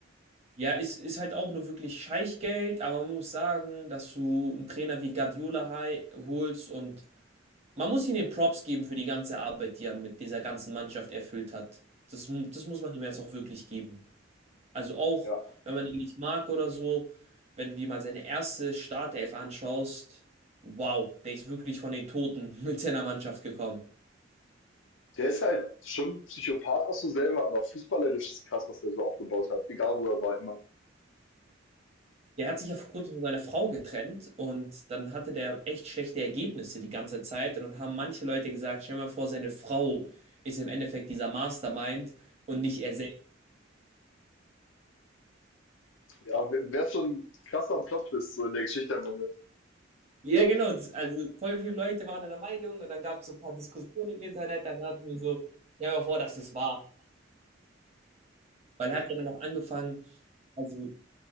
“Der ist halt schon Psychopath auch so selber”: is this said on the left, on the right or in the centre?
Left